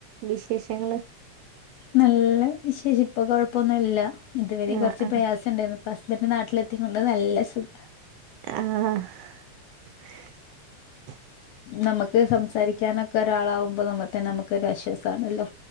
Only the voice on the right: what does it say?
വിശേഷങ്ങള്
ആഹ്
ആഹ്
ആഹ് <inaudible>